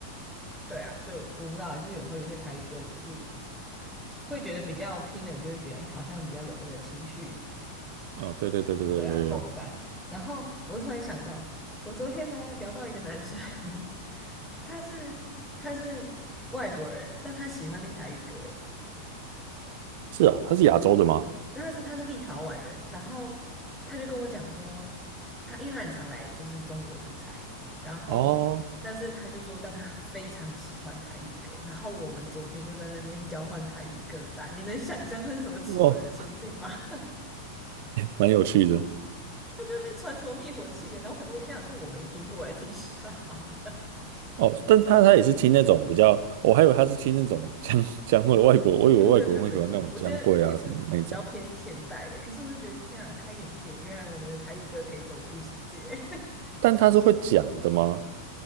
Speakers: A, in the centre; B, on the right.
A: 对啊，就我不知道啊，就是有时候有些台语歌就是会觉得比较听了就会觉得，哎、好像比较有那个情绪，
B: 哦，对对对对对，
A: 对啊，
B: 有有有，
A: 共感。然后我突然想到，我昨天呢聊到一个男生，<laughs> 他是他是外国人，但他喜欢听台语歌，哎
B: 是啊，它是亚洲的吗？
A: 他是他是立陶宛人，然后他就跟我讲说，他因为他很常来就是中国出差，然后但是他就说，
B: 哦
A: 但他非常喜欢台语歌，然后我们昨天就在那边交换台语歌单，你能想象那是什么奇怪的情境吗？
B: 哦，
A: <laughs>
B: 蛮有趣的
A: 他就在那边传什么灭火器的，然后我想说，我天啊，这我没听过，来听一下好了。
B: 哦，但他他也是听那种比较，我还以为他是听那种江江蕙外国，
A: <laughs>
B: 我以为外国人会喜欢那种江蕙啊什么的那种，
A: 没有没有没有没有没有，我觉得也是比较偏现代的，可是我就觉得天啊，开眼界，原来我们的台语歌可以走出世界。<laughs>
B: 但他是会讲的吗？